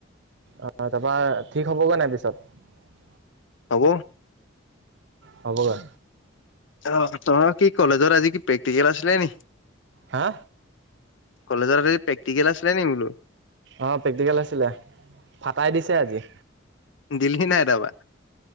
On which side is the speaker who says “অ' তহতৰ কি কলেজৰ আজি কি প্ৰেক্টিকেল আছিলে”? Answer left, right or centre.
Left